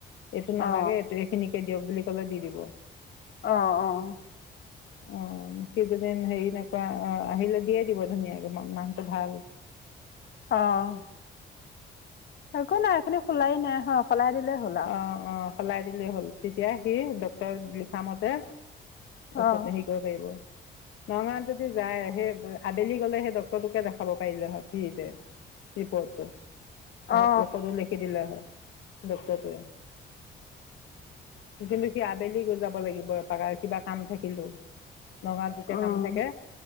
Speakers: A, on the left (about 80°); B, on the left (about 55°).
A: এইটো নালাগে
B: অ
A: এইটো এইখিনি সেই দিয়ক বুলি ক'লে দি দিব।
B: অঁ অঁ।
A: অঁ, সি যোনে হেৰি নাইকোৱা আহিলে দিয়ে দিব ধুনীয়াকে মানুহটো ভাল।
B: অঁ। একো নাই এইখিনি খোলাই নাই হয় সলাই দিলেই হ'ল। আৰু
A: অঁ অঁ, সলাই দিলেই হ'ল তেতিয়া সি ডক্টৰে লিখামতে ঔষধ
B: অ
A: হেৰি কৰিব পাৰিব, নগাঁৱাত যদি যায় সেই আবেলি গ'লে সেই ডক্টৰটোকে দেখাব পাৰিলে হয়, ফ্ৰিতে ৰিপৰ্টটো।
B: অ
A: ঔষধ
B: অ
A: ঔষধো লিখি দিলে হয় ডক্টটোৱে। কিন্তু সি আবেলি যাব লাগিব কাবা কিবা কাম থাকিলো। নগাঁওত যেতিয়া
B: উম
A: কাম থাকে,